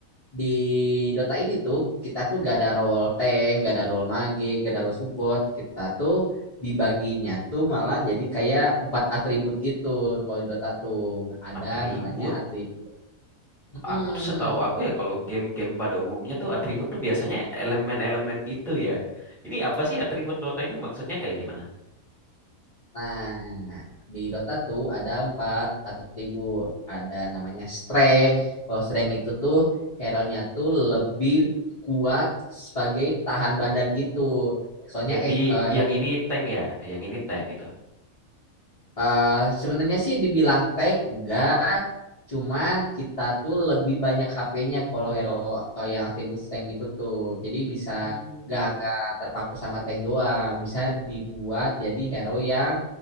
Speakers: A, on the left; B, in the centre.
A: di Dota ini tuh kita tuh gak ada role tank, gak ada role mage, gak ada role support. Kita tuh dibaginya tuh malah jadi kayak empat atribut gitu kalau di Dota tuh ada
B: Atribut.
A: namanya atribut. Mm-mm.
B: Aku setahu aku ya kalau game-game pada umumnya tuh atribut tuh biasanya elemen-elemen gitu ya. Ini apa sih atribut Dota ini maksudnya kayak gimana?
A: Nah, di Dota tuh ada empat atribut. Ada namanya strength. Kalau strength itu tuh hero-nya tuh lebih kuat sebagai tahan badan gitu. Soalnya
B: Jadi
A: eh, eh, he-
B: yang ini tank ya, yang ini tank gitu.
A: eh, sebenarnya sih dibilang tank enggak, cuman kita tuh lebih banyak HP-nya kalau hero eh, yang atribut strength gitu tuh. Jadi bisa
B: Hmm.
A: gak, gak terpaku sama tank doang, bisa dibuat jadi hero yang